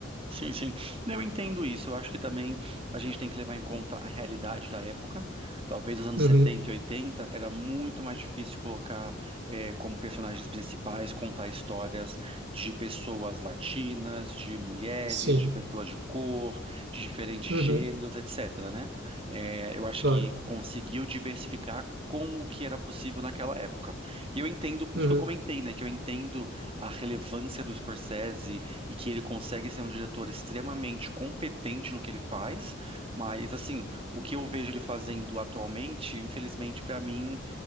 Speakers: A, on the right; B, on the right.
A: Sim, sim. Eu entendo isso. Eu acho que também a gente tem que levar em conta a realidade da época. Talvez nos anos
B: Uhum,
A: 70 e 80 era muito mais difícil colocar eh, como personagens principais, contar histórias de pessoas latinas, de mulheres,
B: sim.
A: de pessoas de cor, de diferentes
B: Uhum,
A: gêneros, etc., né? Eh, eu acho
B: claro.
A: que conseguiu diversificar com o que era possível naquela época. E eu entendo, isso
B: Uhum,
A: que eu comentei, né, que eu entendo a relevância do Scorsese e que ele consegue ser um diretor extremamente competente no que ele faz, mas assim, o que eu vejo ele fazendo atualmente, infelizmente para mim